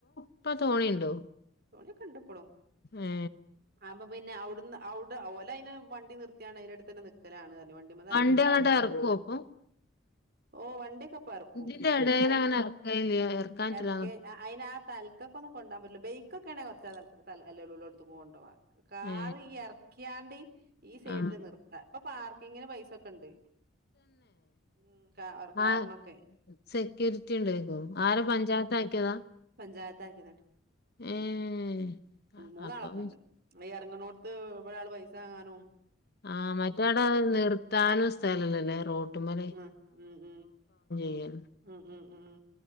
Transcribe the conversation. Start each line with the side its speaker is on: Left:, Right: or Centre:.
Left: ഇപ്പ തോണിയുണ്ടോ
Right: തോണിയൊക്കെണ്ട് ഇപ്പളും
Left: ഏ
Right: അപ്പ പിന്നെ അവിടന്ന് അവുടെ ഓല അതിനെ വണ്ടി നിർത്തിയാണ് അതിന്റെ അടുത്ത് തന്നെ നിക്കലാണ് പറഞ്ഞു അതുമ്മെന്ന് എറങ്ങിക്കഴിഞ്ഞ
Left: വണ്ടി അങ്ങട്ട് ഇറക്കുവോ
Right: <unintelligible>
Left: ഇപ്പൊ
Right: ഓഹ് വണ്ടിയക്കപ്പൊ എറക്കും
Left: ഇതിന്റെ ഇടയിൽ
Right: വണ്ടി
Left: അങ്ങനെ ഇറക്കലില്ല ഇറക്കാൻ
Right: എറക്കെ
Left: പറ്റൂല
Right: അയിന് ആ തൽ <unintelligible> ഒന്നും കൊണ്ടാൻപറ്റില്ല ബൈക്കൊക്കെ ആണേ <unintelligible> കൊണ്ടോവാ കാറി
Left: ഏ
Right: ഈ എറക്കിയാണ്ടി ഈ സെയ്ഡില്
Left: ആ
Right: നിർത്താ ഇപ്പൊ പാർക്കിങ്ങിന് പൈസൊക്കെണ്ട് ഉം കാ കാറിനൊക്കെ
Left: ആഹ് സെക്യൂരിറ്റി ഉണ്ടക്കോ ആരാ പഞ്ചായത്താക്കിയതാ
Right: പഞ്ചായത്താക്കിയതാണ്
Left: ഉം
Right: മൂന്നാളൊക്കെ
Left: അപ്പം
Right: <unintelligible> എറങ്ങണോടത്ത് എവിടെ ആള് പൈസാങ്ങാനും
Left: ആഹ് മറ്റേട നിർത്താനും സ്ഥലല്ലല്ലേ റോട്ടുംമ്മല്
Right: ഉം ഉം ഉം
Left: <unintelligible> <unintelligible>
Right: ഉം ഉം ഉം